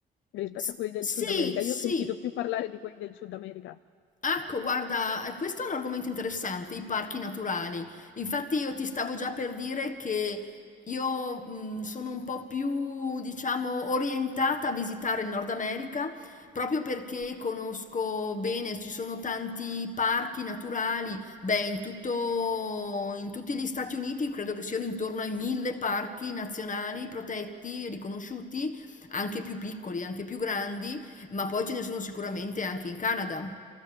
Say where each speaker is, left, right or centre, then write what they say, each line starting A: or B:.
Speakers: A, on the left (about 80°); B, on the left (about 40°).
A: rispetto
B: S-
A: a quelli del
B: sì,
A: Sud America?
B: sì.
A: Io ho sentito più parlare di quelli del Sud America.
B: Ecco, guarda, eh, questo è un argomento interessante, i parchi naturali. Infatti io ti stavo già per dire che io mh, sono un po' più, diciamo, orientata a visitare il Nord America, proprio perché conosco bene, ci sono tanti parchi naturali, beh, in tutto, in tutti gli Stati Uniti credo che siano intorno ai mille parchi nazionali protetti, riconosciuti, anche più piccoli, anche più grandi ma poi ce ne sono sicuramente anche in Canada.